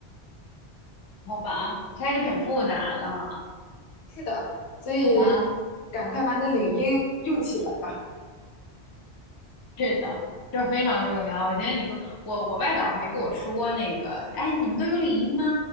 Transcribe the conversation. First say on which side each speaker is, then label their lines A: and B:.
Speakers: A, on the left; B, on the left.
A: 好吧，这还挺复杂的哈。
B: 是的，所以
A: 好吧，
B: 赶快把你的领英用起来吧。
A: 是的，这非常重要。我觉得你跟我，我外导还跟我说那个，哎，你们都有领英吗？